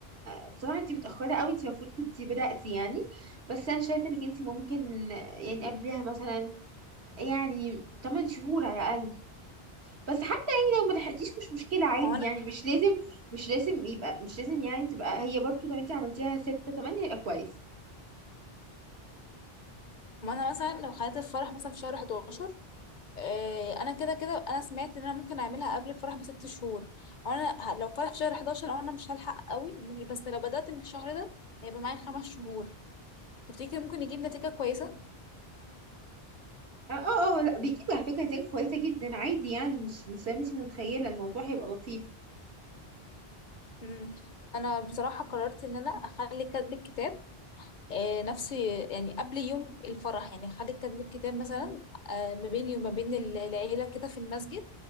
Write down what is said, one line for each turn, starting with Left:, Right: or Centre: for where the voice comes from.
Right: آه، بصراحه انت متاخره قوي انت المفروض كنت بداتي يعني بس انا شايفه انك انت ممكن يعني قبلها مثلا يعني 8 شهور على الاقل بس حتى يعني لو ما لحقتيش مش مشكلة عادي
Left: او انا
Right: يعني مش لازم مش لازم يبقى مش لازم يعني تبقى هي برضو لو انت عملتيها ستة تمانية يبقى كويس
Left: ما انا مثلا لو خليت الفرح مثلا في شهر 11 آه، انا كده كده انا سمعت ان انا ممكن اعملها قبل الفرح بست شهور وانا ه- لو فرح في شهر 11 او انا مش هلحق قوي ممكن- بس لو بدأت من الشهر ده هيبقى معايا خمس شهور تفتكري ممكن يجيب نتيجة كويسة
Right: اه اه آه، لا بيجيب على فكرة نتائج كويسة جدا عادي يعني مش مش زي ما انت متخيلة الموضوع هيبقى لطيف
Left: مم. انا بصراحة قررت ان انا اخلي كاتب الكتاب آه، نفس يعني قبل يوم الفرح يعني اخلي كاتب الكتاب مثلا آه، ما بيني وما بين ال- العيلة كده في المسجد